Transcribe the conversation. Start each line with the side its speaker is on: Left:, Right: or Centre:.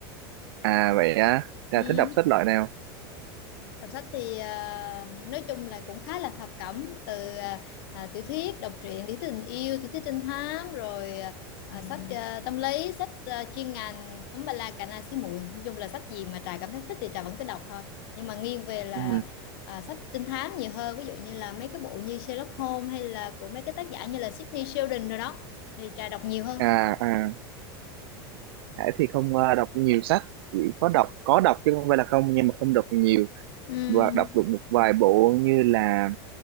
Right: à vậy á
Left: <laughs>
Right: là
Left: Ừ.
Right: thích đọc sách loại nào
Left: Đọc sách thì à, nói chung là cũng khá là thập cẩm từ à, à, tiểu thuyết, đọc truyện, tiểu thuyết tình yêu, tiểu thuyết trinh thám rồi à, à, sách à, tâm lý, sách à, chuyên ngành ấm ba la cà na xí muội. Nói chung là sách gì mà Trà cảm thấy thích thì Trà vẫn cứ đọc thôi. Nhưng mà nghiêng về là
Right: ừ.
Left: à, sách trinh thám nhiều hơn, ví dụ như là mấy cái bộ như Sherlock Holmes hay là của mấy cái tác giả như là Sidney Sheldon rồi đó thì Trà đọc nhiều hơn.
Right: à à Hải thì không ờ, đọc nhiều sách chỉ có đọc có đọc chứ không phải là không nhưng mà không đọc nhiều
Left: Ừ.
Right: và đọc được một vài bộ như là